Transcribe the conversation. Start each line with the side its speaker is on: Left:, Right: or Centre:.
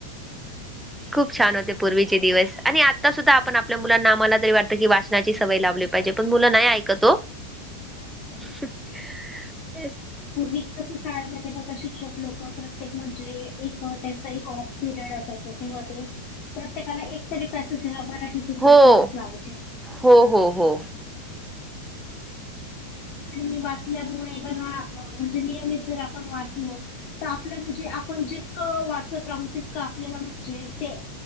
Centre: खूप छान होते पूर्वीचे दिवस आणि आत्ता सुद्धा आपण आपल्या मुलांना आम्हाला तरी वाटतं की वाचनाची सवय लावली पाहिजे. पण मुला नाही ऐकत हो.
Left: ह
Centre: <unintelligible>
Left: <unintelligible> पूर्वी कस शाळेमध्ये बघा शिक्षक लोक पण एक म्हणजे एक त्यांचा एक ऑफ पिरियड असायच तेव्हा ते प्रत्येकाला एकतरी पॅसेज ह मराठीतून वाचायलाच
Centre: हो,
Left: लावायचे.
Centre: हो हो हो.
Left: आणि वाचल्यामुळे बघा म्हणजे नियमित जर आपण वाचलो तर आपलं म्हणजे आपण जितकं वाचत राहू तितकं आपल्याला म्हणजे ते